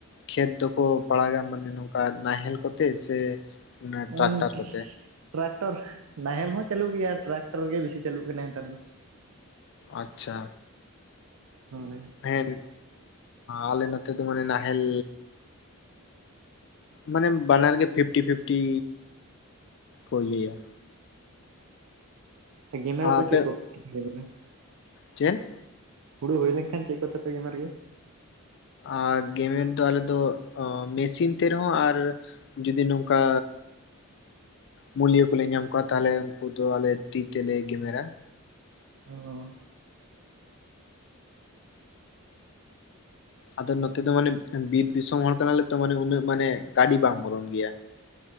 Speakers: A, on the left; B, on the right.
A: ᱠᱷᱮᱛ ᱫᱚᱠᱚ ᱯᱟᱲᱟᱜᱼᱟ ᱢᱟᱱᱮ ᱱᱚᱝᱠᱟ ᱱᱟᱦᱮᱞ ᱠᱚᱛᱮ ᱥᱮ ᱴᱨᱟᱠᱴᱟᱨ
B: ᱩ
A: ᱠᱚᱛᱮ?
B: ᱴᱨᱟᱠᱴᱚᱨ ᱱᱟᱦᱮᱞ ᱦᱚᱸ ᱪᱟᱹᱞᱩᱜ ᱜᱮᱭᱟ ᱴᱨᱟᱠᱴᱚᱨ ᱜᱮ ᱵᱮᱥᱤ ᱪᱟᱹᱞᱩᱜ ᱠᱟᱱᱟ ᱱᱮᱛᱟᱨ ᱫᱚ
A: ᱟᱪᱪᱷᱟ
B: ᱦᱳᱭ
A: ᱦᱮᱱ ᱟᱞᱮ ᱱᱚᱛᱮ ᱫᱚ ᱢᱟᱱᱮ ᱱᱟᱦᱮᱞ ᱢᱟᱱᱮ ᱵᱟᱱᱟᱨ ᱜᱮ ᱯᱷᱤᱯᱴᱤ ᱯᱷᱤᱯᱴᱤ ᱠᱚ ᱤᱭᱟᱹᱭᱟ
B: ᱚ ᱜᱮᱢᱮᱨ ᱫᱚ
A: ᱟᱯᱮ
B: ᱪᱮᱫ ᱠᱚᱯᱮ? <unintelligible>
A: ᱪᱮᱫ?
B: ᱦᱩᱲᱩ ᱦᱩᱭ ᱞᱮᱱᱠᱷᱟᱱ ᱪᱮᱫ ᱠᱚ ᱛᱮᱯᱮ ᱜᱮᱢᱮᱨ ᱜᱮᱭᱟ
A: ᱟᱨ ᱜᱮᱢᱮᱨ ᱫᱚ ᱟᱞᱮ ᱫᱚ ᱢᱮᱥᱤᱱ ᱛᱮ ᱨᱮᱦᱚᱸ ᱟᱨ ᱡᱩᱫᱤ ᱱᱚᱝᱠᱟ ᱢᱩᱞᱭᱟᱹ ᱠᱚᱞᱮ ᱧᱟᱢ ᱠᱚᱣᱟ ᱛᱟᱦᱞᱮ ᱩᱱᱠᱩ ᱫᱚ ᱟᱞᱮ ᱛᱤ ᱛᱮᱞᱮ ᱜᱮᱢᱮᱨᱟ
B: ᱚ
A: ᱟᱫᱚ ᱱᱚᱛᱮ ᱫᱚ ᱢᱟᱱᱮ ᱵᱤᱨ ᱫᱤᱥᱚᱢ ᱦᱚᱲ ᱠᱟᱱᱟᱞᱮ ᱛᱚ ᱢᱟᱱᱮ ᱩᱱᱟᱹᱜ ᱢᱟᱱᱮ ᱜᱟᱹᱰᱤ ᱵᱟᱝ ᱵᱚᱞᱚᱱ ᱜᱮᱭᱟ